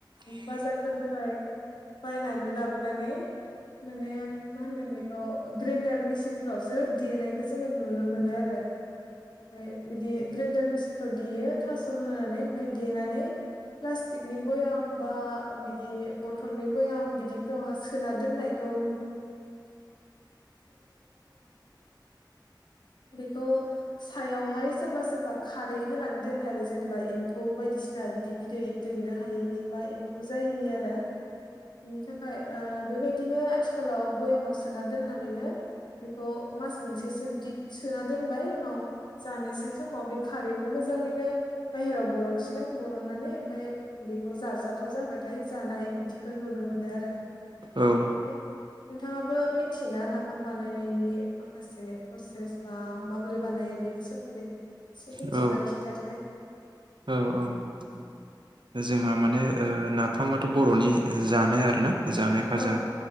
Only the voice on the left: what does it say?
बाजारफोरनिफ्राय बायनानै लाबोनानै माने मा होनगोन बेखौ ग्रेडार मिसिनफ्रावसो देनायखौ जोङो नुनो मोनो आरो ओ बिदि ग्रेन्दार मिसिनफोराव देयो थास' होनानै ओमफ्राय देनानै प्लास्टिकनि बयाम बा बिदि बथलनि बयाम बिदिफोराव सोना दोननायखौ <inaudible> बेखौ सायावहाय सोरबा सोरबा खारै होनानै दोनो आरो जेनेबा एम्फौ बाय बायदिसिना बिदि बिदै दैनो हायैनि बा एम्फौ जायैनि आरो बिनि थाखाय ओ बेबायदिनो आथिखालाव बयामाव सोना दोननानैनो बेखौ मास मोनसेसो बिदि सोना दोनबाय उनाव जानोसै समाव बे खारैखौ मोजाङैनो बाहेराव बरनसिगोन बरननानै ओमफफ्राय बेखौ जाजाथाव जाबाथाय जानाय बिदि बेखौ नुनो मोनो आरो फ्राय
नोंथाङा बो मिथियोना नाफाम बानायनायनि। माखासे प्रसेसा माबोरै बानायो बेनि सोमोन्दै। मिथिबा
खिन्थादो दे
औ